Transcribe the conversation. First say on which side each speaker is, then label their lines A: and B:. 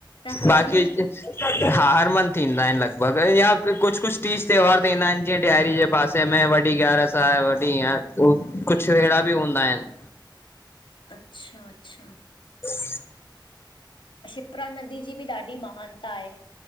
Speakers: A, on the left; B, on the left.
A: त हर
B: बाक़ी
A: मंथ
B: हा, हर मंथ ईंदा आहिनि लॻभॻि या कुझु कुझु त टीज त्योहार तें ईंंदा आहिनि, जीअं ॾियारी जे पासे में वॾी ग्यारस आहे वॾी इअं, कुझु अहिड़ा बि हूंदा आहिनि
A: अच्छा, अच्छा
B: ह
A: शिपरा नदी जी बि ॾाढी महानता आहे।